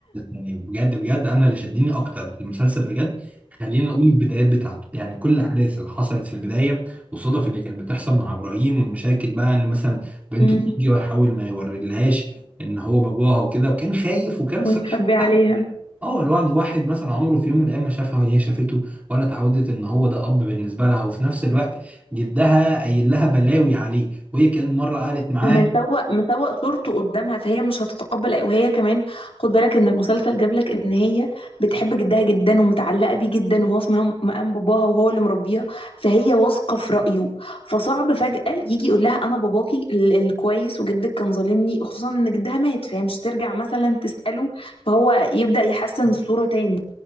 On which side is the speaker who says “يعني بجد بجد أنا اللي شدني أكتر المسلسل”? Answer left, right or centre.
Right